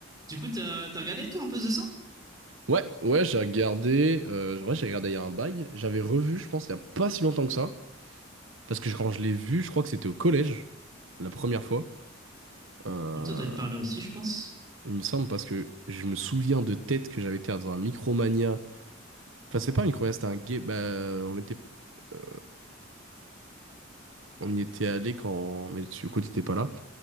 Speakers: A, on the right; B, on the right.
A: Du coup, t'as t'as regardé toi un peu The 100?
B: Ouais, ouais, j'ai regardé. Euh, en vrai, j'ai regardé il y a un bail. J'avais revu, je pense, il y a pas si longtemps que ça. Parce que quand je l'ai vu, je crois que c'était au collège, la première fois. Euh,
A: Toi, doit être par là aussi, je pense.
B: il me semble, parce que je me souviens de tête que j'avais été dans un Micromania. Enfin, c'est pas un Micromania, c'était un game. Bah, on était, euh, on y était allé quand. Mais tu, écoute, t'étais pas là.